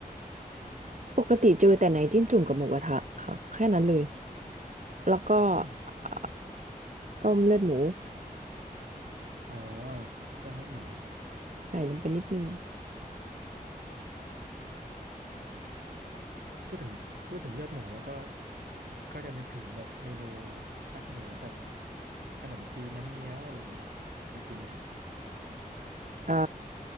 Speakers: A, on the right; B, on the right.
A: ปกติเจอแต่ไหนจิ้มจุ่มกับหมูกระทะค่ะแค่นั้นเลยแล้วก็
B: อืม
A: เอ่อต้มเลือดหมู
B: อ๋อต้มเลือดหมู
A: ใส่ลงไปนิดนึง
B: พูดถึงพูดถึงเลือดหมูแล้วก็ก็จะนึกถึงแบบเมนูภาคเหนือแบบขนมจีนน้ำเงี้ยวอะไรเงี้ยครับเคยกินไหมครับ
A: อ่า